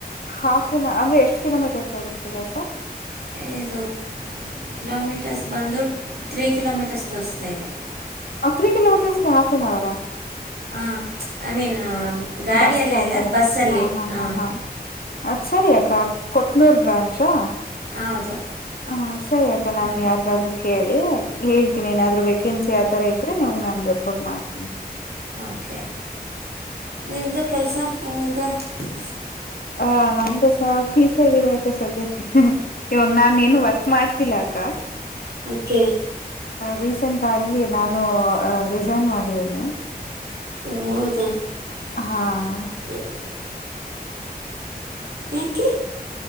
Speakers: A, on the left (about 65°); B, on the right (about 75°).
A: ಹಾಫ್ ಅನ್ ಅವರ್ ಅಂದ್ರೆ ಎಷ್ಟು ಕಿಲೋಮೀಟರ್ ತೋರಿಸ್ತಿದೆ ಅಕ
B: ಏದು <unintelligible> ಕಿಲೋಮೀಟರ್ಸ್ ಬಂದು ತ್ರೀ ಕಿಲೋಮೀಟರ್ಸ್ ತೋರಿಸ್ತಾ ಇದೆ
A: ಆ ತ್ರೀ ಕಿಲೋಮೀಟರ್ಸ್ಗೆ ಹಾಫ್ನ್ ಅವರಾ <unintelligible>
B: ಹಾ ಐ ಮೀನ್ <unintelligible> ಗಾಡಿಯಲ್ಲೇ
A: ಬಸ್ ಆತರ
B: ಅಲ್ಲ ಬಸ್ಸಲ್ಲಿ
A: ಹಾ ಹಾ
B: ಹಾಂ
A: ಹಾ ಹಾ ಅದ ಸರಿಯಗ <unintelligible> ಕೊತ್ನೂರ್ ಬ್ರಾಂಚಾ <unintelligible>
B: ಹೌದು
A: ಹ ಸರಿ ಅಕ ನಾ
B: ಹಾಂ
A: ಯಾರಿಗಾದ್ರು ಕೇಳಿ <unintelligible> ಹೇಳ್ತೀನಿ ಏನಾದ್ರು ವೇಕೆನ್ಸಿ ಆತರ ಇದ್ರೆ ನೀವ್ ನಾನು ರೆಫರ್ ಮಾಡ್ತೀನಿ
B: ಓಕೆ ನಿಮ್ಮದು ಕೆಲಸ ಹಿಗಿದೆ <unintelligible>
A: ಹ ನಮ್ದಸ ಫೀಸ್ ಆಗಿದೆ ಅಕ ಸದ್ಯ ಇವಾಗ ನಾನನ್ ಏನು ವರ್ಕ್ ಮಾಡ್ತಿಲ್ಲಾ <unintelligible> ಅಕ್ಕ <unintelligible>
B: ಓಕೆ <unintelligible>
A: ರೀಸೆಂಟ್ ಆಗಿ ನಾನು ರಿಸೈನ್ ಮಾಡಿದ್ದೀನಿ <unintelligible>
B: ಓ ಹೌದಾ <unintelligible>
A: ಹಾ <unintelligible>
B: ಹ <unintelligible> ಯಕ್ಕೆೆ <unintelligible>